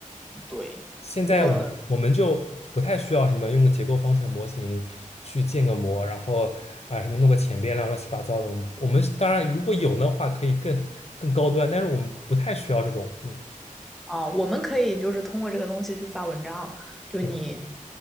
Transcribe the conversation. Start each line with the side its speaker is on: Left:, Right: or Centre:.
Centre: 对，
Left: 现在我们我们就不太需要什么用个结构方程模型去建个模，
Centre: 我
Left: 然后啊什么弄个前变量乱七八糟的。我们当然如果有的话可以更更高端，但是我们不太需要这种。嗯，
Centre: 啊、我们可以就是通过这个东西去发文章，就你
Left: 对，